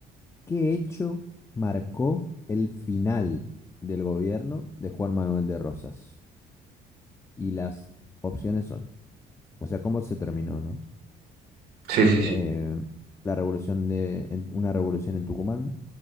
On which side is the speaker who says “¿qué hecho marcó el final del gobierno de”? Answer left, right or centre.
Left